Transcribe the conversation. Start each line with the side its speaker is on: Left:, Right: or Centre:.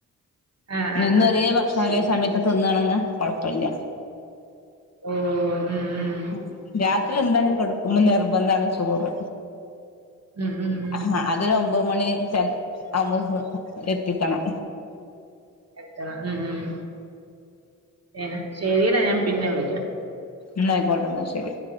Right: ആ, ആ,
Left: എന്നും
Right: ആ.
Left: ഒരേ ഭക്ഷണം
Right: ശരി.
Left: ഒരേ സമയത്ത് തിന്നാണങ്ക കൊഴപ്പല്ല.
Right: ഓഹ് മ് മ്
Left: ഉം രാത്രി എന്തായാലും കെടക്കുമ്പോ നിർബന്ധാണ് ചോറ്
Right: ഉം ഉം ഉം
Left: ആഹ് അത് ഒമ്പത് മണി <unintelligible> എത്തിക്കണം
Right: കഴിക്കണം ഉം ഉം എനാ ശരിടാ ഞാൻ പിന്നെ വിളിക്കാം
Left: ന്നാ ഐക്കോട്ടെ ന്നാ ശെരി